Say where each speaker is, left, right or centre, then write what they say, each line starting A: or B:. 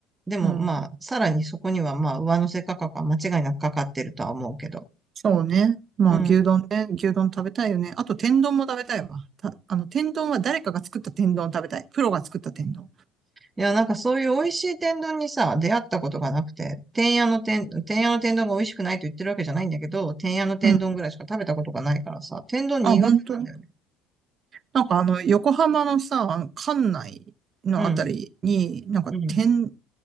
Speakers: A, on the right (about 20°); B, on the right (about 45°).
A: でも、
B: うん。
A: まあ、さらにそこには、まあ、上乗せ価格は間違いなくかかってるとは思うけど。
B: そうね。まあ、
A: うん。
B: 牛丼ね。牛丼食べたいよね。あと、天丼も食べたいわ。た、あの、天丼は誰かが作った天丼食べたい。プロが作った天丼。
A: いや、なんかそういう美味しい天丼にさ、出会ったことがなくて、天屋の天、天屋の天丼が美味しくないと言ってるわけじゃないんだけど、天屋の天丼ぐらいしか食べたことがないからさ、
B: うん。
A: 天丼苦手なんだよね。
B: あ、本当に。なんかあの、横浜のさ、あの関内のあたりに、
A: うん。
B: なんか天、
A: うん。